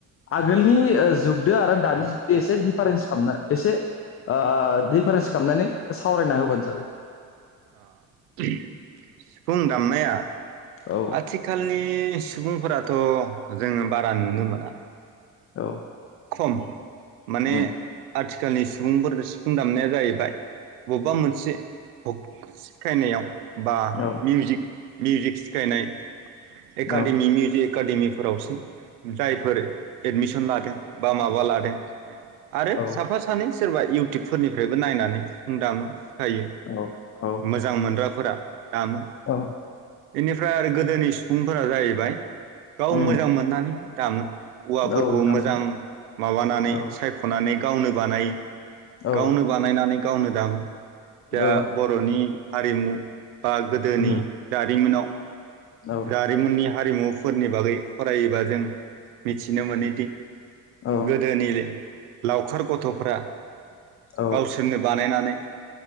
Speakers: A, on the left; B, on the right.
A: आगोलनि जुगदो आरो दानि जुगदो एसे डिफारेन्स खालामना एसे ओ डिफारेन्स खामनानै सावरायना होबानो जाबाय
B: ओम सिफुं दामनाया
A: औ
B: आथिखालनि सुबुंफोराथ जोङो बारा नुनो मोना
A: औ
B: सम माने
A: उम
B: आथि आथिखालनि सुबुंफोर सिफुं दामनाया जाहैबाय बबेबा मोनसे सिखायनायाव बा
A: औ
B: मिउजिक मिउजिक सिखायनाय एकादेमीनि
A: औ
B: जे एकादेमी फोरावसो जायफोर एडमिसन लादों बा माबा लादों आरो
A: औ
B: साफा सानै सोरबा इउटुब फोरनिफ्रायबो नायनानै सिफुं दामो हायो
A: औ औ
B: मोजां मोनग्रा फोरा दामो
A: औ
B: बिनि ओमफ्राय आरो गोदोनि सुबुंफोरा जाहैबाय गाव
A: उम
B: मोजां मोननानैनो दामो औवाफोरखौ
A: औ दामनो
B: मोजां माबानानै
A: औ
B: सायख'नानै नै गावनो बानायो
A: औ
B: गावनो बानायनानै गावनो दामो दा
A: औ
B: बर'नि हारिमु बा गोदोनि
A: उम
B: जारिमिनाव
A: औ
B: जारिमिननि हारिमु फोरनि बागै फरायोबा जों मिथिनो मोनोदि
A: औ
B: गोदोनि लावखार गथ'फोरा
A: औ
B: गावसोरनो बानायनानै <inaudible> <inaudible>